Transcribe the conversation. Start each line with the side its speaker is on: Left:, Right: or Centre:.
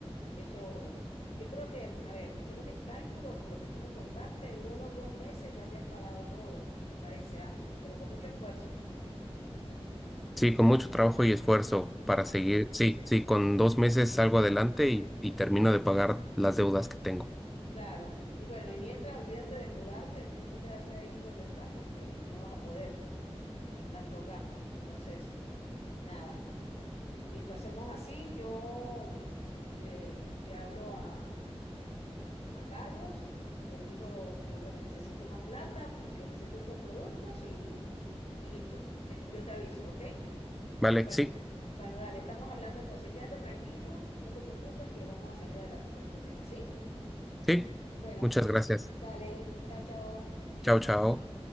Left: eso, yo creo que, a ver, según mis cálculos, por lo que tú me contaste, en unos dos meses ya habrías pagado todo, me parece, ¿ah? Pero con mucho esfuerzo.
Centre: sí, con mucho
Left: ¿Qué dices?
Centre: trabajo y esfuerzo
Left: ¿Sí, no?
Centre: para seguir. Sí, sí, con dos meses salgo adelante y, y termino de pagar las deudas que tengo.
Left: Claro, y bueno, y mientras olvídate de mudarte, tienes que quedarte ahí donde estás porque no vas a poder con tantos gastos. Entonces, nada, listo, hacemos así. Yo mm, le, le hablo a, a Carlos y le digo que, bueno, necesito más plata porque necesito otros productos y, y listo, Te- yo te aviso, ¿ok?
Centre: Vale,
Left: Bueno,
Centre: sí,
Left: bueno, dale, estamos hablando entonces, quédate tranquilo, no te preocupes que vamos a salir adelante con este tema, ¿sí?
Centre: sí.
Left: Bueno,
Centre: Muchas gracias.
Left: dale, chao, chao.
Centre: Chao, chao.